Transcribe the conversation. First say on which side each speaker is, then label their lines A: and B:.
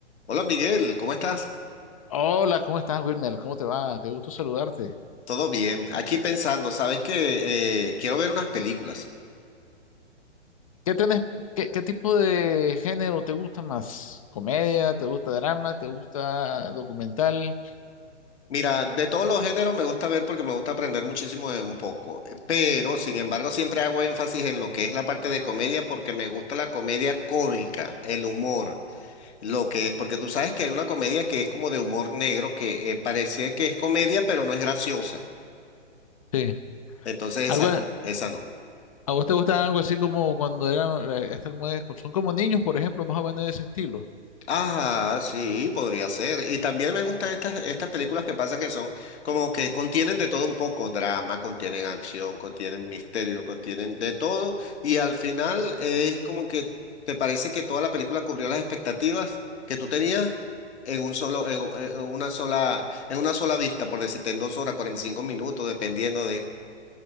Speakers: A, on the left (about 65°); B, on the left (about 30°).
A: Hola Miguel, ¿cómo estás?
B: Hola, ¿cómo estás, Wilmer? ¿Cómo te va? Qué gusto saludarte.
A: Todo bien. Aquí pensando, sabes que quiero ver unas películas.
B: ¿Qué tenés, qué, qué tipo de género te gusta más? ¿Comedia? ¿Te gusta drama? ¿Te gusta documental?
A: Mira, de todos los géneros me gusta ver porque me gusta aprender muchísimo de un poco, eh, pero sin embargo siempre hago énfasis en lo que es la parte de comedia porque me gusta la comedia cómica, el humor, lo que es, porque tú sabes que hay una comedia que es como de humor negro que eh, parece que es comedia pero no es graciosa.
B: Sí.
A: Entonces esa
B: ¿Algo, a
A: no, esa no.
B: a vos te gusta algo así como cuando eran, eh, esta como es- son como niños, por ejemplo, más o menos de ese estilo?
A: Ajá, sí, podría ser. Y también me gustan estas, estas películas que pasan que son como que contienen de todo un poco, drama, contienen acción, contienen misterio, contienen de todo. Y al final eh, es como que te parece que toda la película cubrió las expectativas que tú tenías en un solo, en, u- en una sola, en una sola vista, por decirte, en dos horas, 45 minutos, dependiendo de.